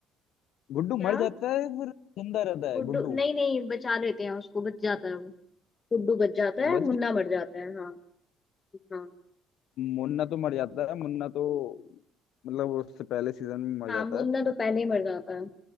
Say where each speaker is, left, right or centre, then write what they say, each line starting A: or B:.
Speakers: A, on the left; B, on the left.
A: गुड्डू
B: क्या
A: मर जाता है फिर जिंदा रहता
B: गुड्डू
A: है गुड्डू
B: नहीं नहीं बचा लेते हैं उसको बच जाता है वो गुड्डू बच जाता है
A: बच
B: मुन्ना मर जाता है हाँ हाँ
A: मुन्ना तो मर जाता है मुन्ना तो मतलब उससे पहले सीजन में मर
B: हाँ
A: जाता
B: मुन्ना
A: है
B: तो पहले ही मर जाता है